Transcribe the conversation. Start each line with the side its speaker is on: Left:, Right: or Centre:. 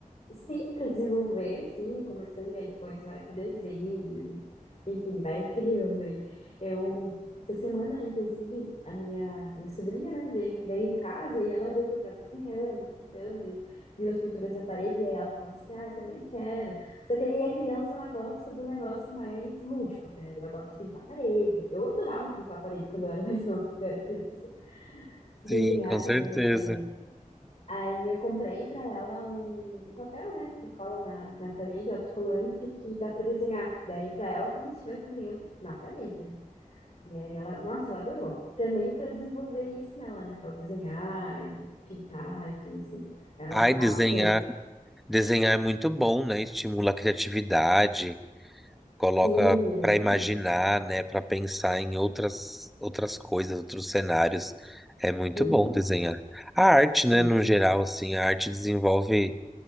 Left: Sim, para desenvolver, sim, começando e aí depois vai pro desenho, enfim, vai criando aí. Eu, essa semana, inclusive, a minha, minha sobrinha, né, veio, veio em casa e aí ela viu que eu tava desenhando e pintando e viu as pinturas na parede e aí ela falou assim, ah, eu também quero. Só que aí a criança, ela gosta do negócio mais lúdico, né, ela gosta de pintar a parede. Eu adorava pintar a parede quando eu era <laughs> mais nova, quando eu era criança. Desenhar
Centre: Sim, com certeza.
Left: também na parede. Aí eu comprei pra ela um, um papel, né, que cola na, na parede, autocolante, que dá pra desenhar. Daí pra ela, como se estivesse desenhando na parede, né? E aí ela, nossa, ela adorou. Também pra desenvolver isso nela, né, pra desenhar, e pintar e tudo assim. Ela
Centre: Ai, desenhar.
Left: amou.
Centre: Desenhar é muito bom, né? Estimula a criatividade, coloca
Left: Sim, exatamente.
Centre: para imaginar, né? Para pensar em outras outras coisas, outros cenários. É muito
Left: Uhum.
Centre: bom desenhar. A arte,
Left: Sim,
Centre: né? No geral, assim, a arte desenvolve